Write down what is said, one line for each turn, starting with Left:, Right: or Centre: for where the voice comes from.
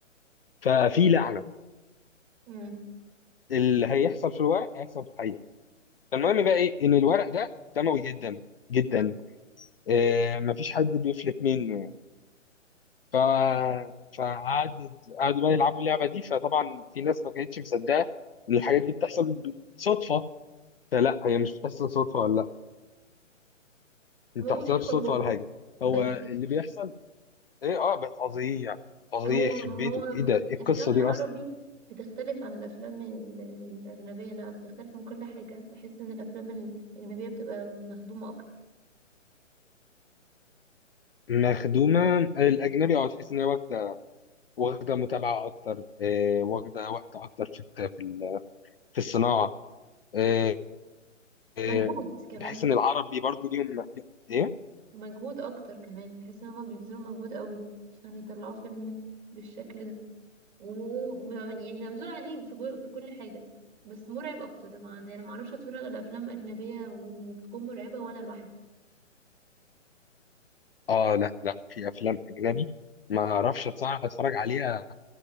Left: ففي لعنه
Right: مم.
Left: اللي هيحصل في الورق هيحصل في الحقيقه فالمهم بقى ايه ان الورق ده دموي جدا جدا آه، مفيش حد بيفلت منه ف فقعد قعدوا بقى يلعبوا اللعبه دي فطبعا في ناس ما كانتش مصدقه ان الحاجات دي بتحصل صدفه فلا هي مش بتحصل صدفه ولا لا ما بتحصلش
Right: هو شبهه
Left: صدفه ولا حاجه
Right: بس
Left: هو اللي بيحصل ايه اه بقى فظيع يعني. فظيع
Right: هو
Left: يخرب
Right: ما
Left: بيته
Right: هو
Left: ايه ده
Right: الافلام
Left: ايه القصه دي
Right: العربي
Left: اصلا
Right: بتختلف عن الافلام ال- الاجنبيه لا بتختلف من كل حاجه بحس ان الافلام الاجنبيه بتبقى مخدومه اكتر
Left: مخدومه الاجنبي اه تحس ان هي واخده واخده متابعه اكتر آه واخده وقت اكتر في الت- في ال- في الصناعه آه آه
Right: مجهود كمان
Left: بحس ان العربي برضو ليهم ايه
Right: مجهود اكتر كمان بحس ان هما بيبذلوا مجهود قوي عشان يطلعوا فيلم بالشكل ده و- و- يعني مبذول عليه في, جو... في كل حاجه بس مرعب اكتر مع يعني انا ما اعرفش اتفرج على افلام اجنبيه و- وتكون مرعبه وانا لوحدي
Left: اه لا لا في افلام اجنبي ما اعرفش أتصع- اتفرج عليها